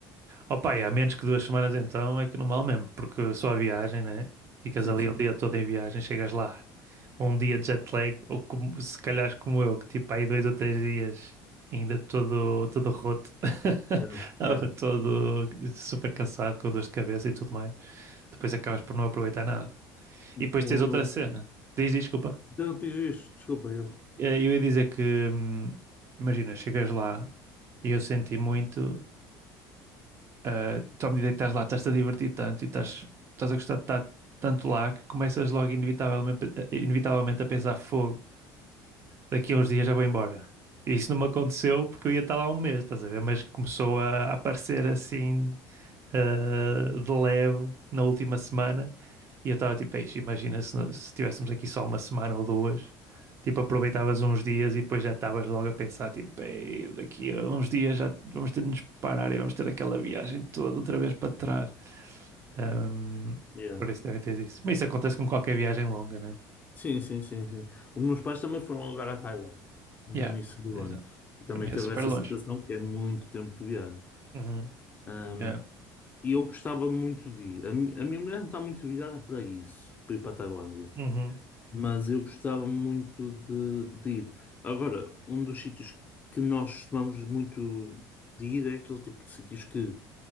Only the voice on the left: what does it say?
Sim,
sim.
Yeah,
yeah.
O,
o,
eu não fiz isto, desculpa, eu.
Yeah.
Sim, sim, sim, sim. Os meus pais também foram agora à Tailândia, no
início do
ano. E também
teve
essa
situação que é muito tempo de viagem.
Ahm,
e eu gostava muito de ir. A, mi- a minha mulher não está muito virada para isso, para ir para a Tailândia.
Mas eu gostava muito de, de ir. Agora, um dos sítios que nós costumamos muito de ir é aquele tipo de sítios que